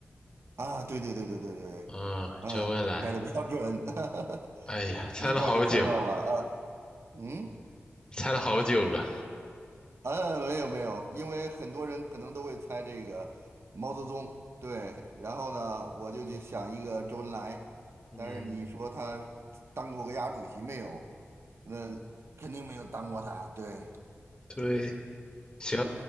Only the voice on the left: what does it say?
啊，
周恩来。
哎呀，
猜了好久，
猜了好久了。
嗯，
对，行，